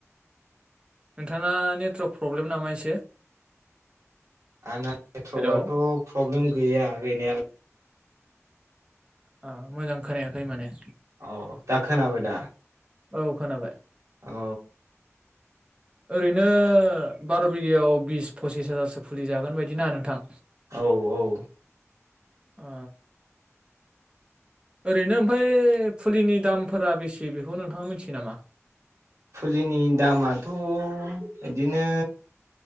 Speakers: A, on the right (about 20°); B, on the right (about 75°).
A: नोंथाङा नेटवारक प्रब्लेम नामा एसे?
B: आंना नेटवर्कआथ'
A: हेलौ
B: प्रब्लेम गैया गैनायालाय।
A: अ मोजां खोनायाखै माने।
B: औ दा खोनाबाय दा?
A: औ खोनाबाय।
B: औ
A: ओरैनो बार' बिगायाव बिस पसिस हाजारसो फुलि जागोन बायदिनाा नोंथां।
B: औ औ।
A: ओ ओरैनो ओमफ्राय फुलिनि दामफोरा बेसे बेखौ नोंथाङा मिथियो नामा?
B: फुलिनि दामाथ' बिदिनो